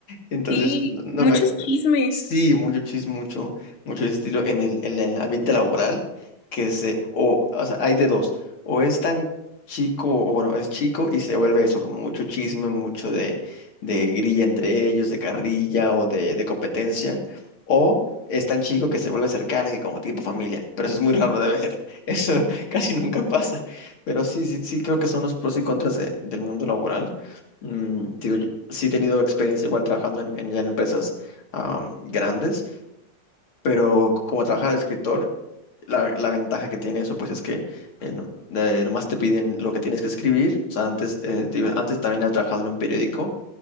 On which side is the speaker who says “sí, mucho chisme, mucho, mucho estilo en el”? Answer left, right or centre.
Left